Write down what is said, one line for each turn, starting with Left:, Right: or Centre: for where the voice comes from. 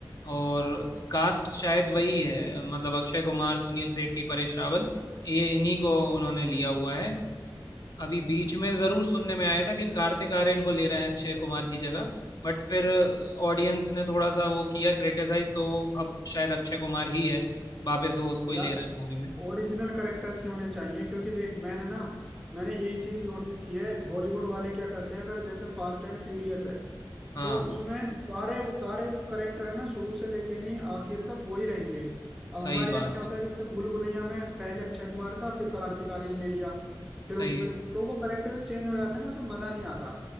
Left: और कास्ट शायद वही है मतलब अक्षय कुमार सुनील शेट्टी परेश रावल ये इन्हीं को उन्होंने लिया हुआ है अभी बीच में जरूर सुनने में आया था कि कार्तिक आर्यन को ले रहे हैं अक्षय कुमार की जगह बट फिर ऑडियंस ने थोड़ा सा वो किया क्रिटिसाइज तो वो अब शायद अक्षय कुमार ही है वापस वो उसको
Centre: यार
Left: ही ले रहे हैं मूवी में
Centre: ओरिजिनल करेक्टर्स ही होने चाहिए क्योंकि देख मैंने ना मैंने यही चीज नोटिस की है हॉलीवुड वाले क्या करते हैं अगर जैसे फास्ट एंड फ्यूरियस है
Left: हाँ
Centre: तो उसमें सारे सारे करेक्टर है ना शुरू से लेके नहीं आखिर तक वही रहेंगे अब हमारे
Left: सही
Centre: यहाँ
Left: बात
Centre: क्या होता
Left: है
Centre: है जैसे भूल भुलैया में पहले अक्षय कुमार था फिर कार्तिक आर्यन ले लिया फिर उसमें
Left: सही है
Centre: तो वो करेक्टर चेंज हो जाते हैं ना उसमें मजा नहीं आता